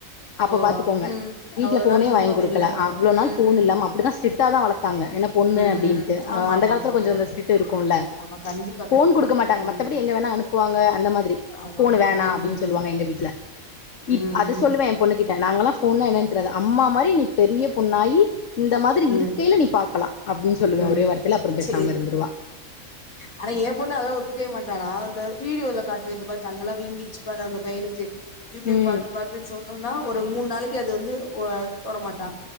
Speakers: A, on the left; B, on the left.
A: அப்ப
B: ஓ
A: பாத்துக்கோங்க
B: ம்
A: வீட்டல
B: அவ்ளோ
A: ஃபோனே
B: நாள் நீ
A: வாங்கி
B: ஃபோன்
A: குடுக்கல
B: இல்ல
A: அவ்லோ
B: ம்
A: நாள் ஃபோன் இல்லாம அப்டிதான் ஸ்டிட் டா தான் வளத்தாங்க என்ன பொண்ணு
B: ம்
A: அப்டின்ட்டு
B: ஆமா
A: ஆ அந்த
B: ஆமா
A: காலத்துல
B: ஆமா
A: கொஞ்சோ
B: ஆமா
A: அந்த ஸ்டிட் இருக்கும்ல
B: ஆமா கண்டிப்பா
A: ஃபோன்
B: கண்டிப்பா
A: குடுக்க மாட்டாங்க
B: ம்
A: மத்தபடி எங்க வேணா அனுப்புவாங்க அந்த மாதிரி
B: ஆமா
A: ஃபோன்
B: ஆமா
A: வேணாம்
B: ம்
A: அப்டின்னு சொல்லுவாங்க எங்க வீட்ல இப்
B: ம்
A: அத சொல்லுவ என் பொண்ணு கிட்ட நாங்கல்லாம் ஃபோன்னா என்னன்னு தெரியாது அம்மா மாரி நீ பெரிய பொண்ணாயி இந்த மாதிரி
B: ம்
A: இருக்கையில
B: ம்
A: நீ பாக்கலாம் அப்டின்னு சொல்லுவேன்
B: ம்
A: ஒரே வார்த்தையில அப்பறம் பேசாமல்
B: சேரி
A: இருந்துருவா
B: ஆனா ஏன் பொண்ணு அதெல்லாம் ஒத்துக்கவே மாட்டாடா அந்த வீடியோல காட்டுவேன் இந்த மாறி கண்ணெல்லாம் வீங்கிடுச்சு பாரு அந்த பையனுக்கு யூடியூப்
A: ம்
B: பாத்து பாத் து சொன்னோன்னா ஒரு மூணு நாளைக்கு அது வந்து ஆ தொட மாட்டா